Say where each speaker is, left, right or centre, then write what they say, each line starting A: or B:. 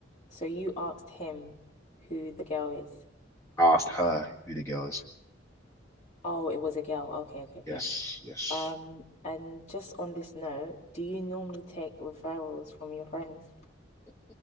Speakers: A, on the left; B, on the left.
A: So you asked him who the girl is.
B: I asked her who the girl is.
A: Oh, it was a girl. Okay, okay, okay.
B: Yes, yes.
A: Um, and just on this note, do you normally take referrals from your friends?